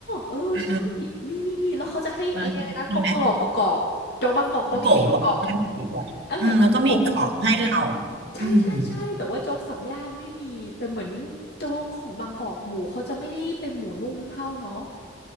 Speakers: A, on the left (about 60°); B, on the right (about 60°).
A: เออใช่
B: เออ
A: มีมีมีแล้วเขาจะให้ไอ้เนี่ยเลยนะกรอบกรอบกรอบกรอบโจ๊กบางกอกต้องมีไอ้กรอบกรอบ
B: มามีไหมน้องโกะอะน้องโกะอะอืมแล้วก็มีกรอบให้เรา
A: เออตะโกกรอบกรอบ ใ
B: อืม
A: ช่ๆๆแต่ว่าโจ๊กสามย่านไม่มีแต่เหมือนโจ๊กของบางกอกหมูเขาจะไม่ได้เป็นหมูนุ่มเท่าเนาะ